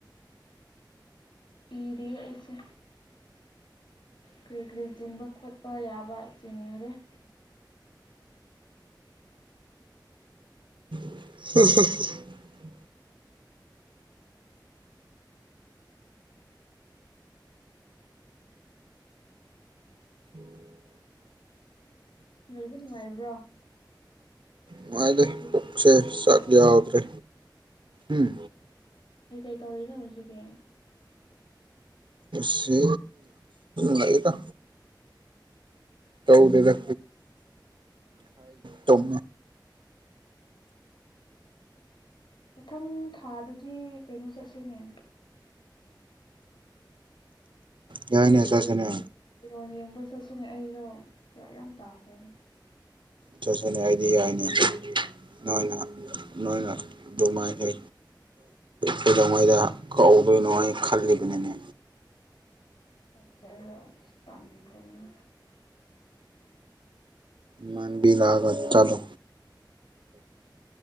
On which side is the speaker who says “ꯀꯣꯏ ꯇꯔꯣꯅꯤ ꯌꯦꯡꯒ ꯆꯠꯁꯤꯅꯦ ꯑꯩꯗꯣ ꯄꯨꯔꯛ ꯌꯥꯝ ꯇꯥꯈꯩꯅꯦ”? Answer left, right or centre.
Left